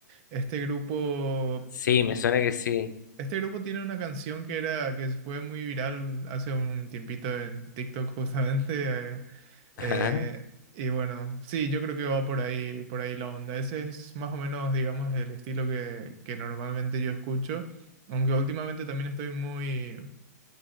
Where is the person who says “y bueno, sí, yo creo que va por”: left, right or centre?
Right